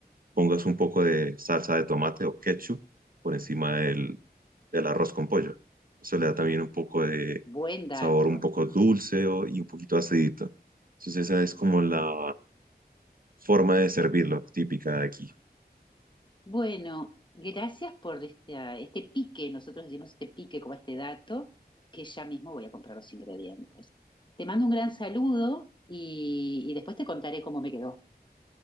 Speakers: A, on the right; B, on the left.
A: pongas un poco de salsa de tomate o ketchup por encima del del arroz con pollo. Eso le da también un poco de
B: Buen dato.
A: sabor un poco dulce o- y un poquito acidito. Entonces esa es como la forma de servirlo típica de aquí.
B: Bueno, gracias por este, ah, este pique. Nosotros decimos este pique como este dato, que ya mismo voy a comprar los ingredientes. Te mando un gran saludo y, y después te contaré cómo me quedó.